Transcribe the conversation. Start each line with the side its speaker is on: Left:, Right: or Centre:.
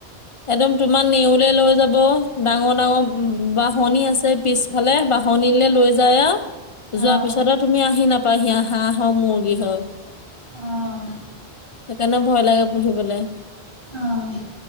Left: একদম তোমাৰ নেউলে লৈ যাব, ডাঙৰ ডাঙৰ বাঁহনি আছে পিছ ফালে বাঁহনিলে লৈ যায় আও।
Right: অ',
Left: যোৱা পিছত আও তুমি আহি নাপাইহি আ হাঁহ হওঁক, মুৰ্গী হওঁক।
Right: অঁ।
Left: সেইকাৰণে ভয় লাগে পুঁহিবলে।
Right: 'অঁ।